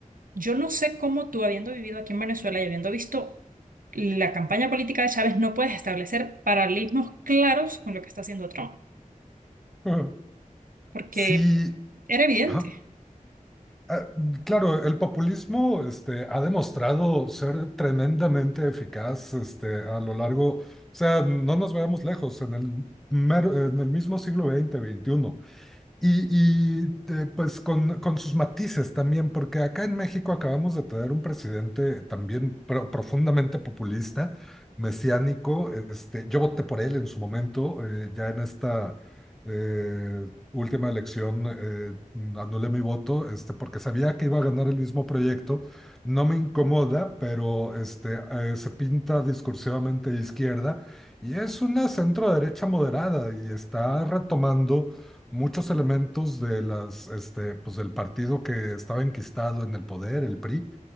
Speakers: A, on the right; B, in the centre.
A: yo no sé cómo tú habiendo vivido aquí en Venezuela y habiendo visto la campaña política de Chávez, no puedes establecer paralelismos claros con lo que está haciendo Trump,
B: <laughs>
A: porque
B: Sí,
A: era evidente.
B: ajá. Ah, claro, el populismo este, ha demostrado ser tremendamente eficaz este, a lo largo, o sea, no nos veamos lejos, en el, mero- en el mismo siglo veinte veintiuno Y, y, eh, pues con, con sus matices también, porque acá en México acabamos de tener un presidente también pro- profundamente populista, mesiánico. Este, yo voté por él en su momento, eh, ya en esta eh, última elección eh, anulé mi voto, este, porque sabía que iba a ganar el mismo proyecto. No me incomoda, pero este, eh, se pinta discursivamente de izquierda y es una centro derecha moderada y está retomando muchos elementos de las, este, pues del partido que estaba enquistado en el poder, el PRI,